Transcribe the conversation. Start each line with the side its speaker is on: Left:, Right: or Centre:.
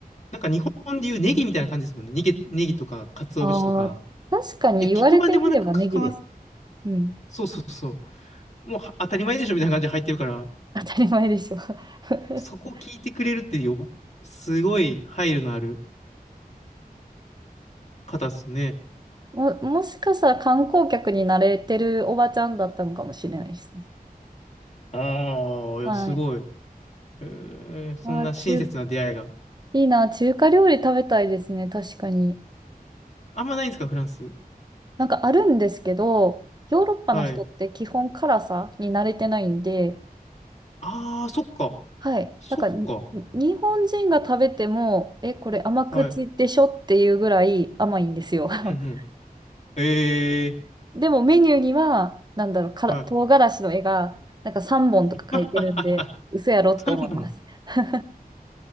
Left: なんか日本でいうネギみたいな感じですもんね。ネギ、ネギとか、鰹節とか。
Right: あー、確かに言われてみればネギです。
Left: いや、聞くまでもなく関わっ、
Right: うん、
Left: そうそうそう。もうは当たり前でしょみたいな感じで入ってるから、
Right: 当たり前でしょ。<laughs>
Left: そこ聞いてくれるってよ、すごい配慮のある方っすね。
Right: も、もしかしたら観光客に慣れてるおばちゃんだったのかもしれないですね。
Left: ああ、いや、
Right: はい。
Left: すごい。えー、そんな親切な出会いが。
Right: あー、中、いいな、中華料理食べたいですね、確かに。
Left: あんまないんですか、フランス。
Right: なんかあるんですけど、ヨーロッパの人って基本辛さに慣れてないんで、
Left: はい。ああ、そっか。
Right: はい。
Left: そっか。
Right: なんかに日本人が食べても、え、これ甘口でしょっていうぐらい甘いんですよ。
Left: はい。
Right: <laughs>
Left: うんうん。ええ
Right: でもメニューには、なんだろう、から唐辛子の絵が、
Left: ー。は
Right: なんか3本とか書いてるんで、
Left: い。<laughs>
Right: 嘘やろって思います。
Left: 3本。
Right: <laughs>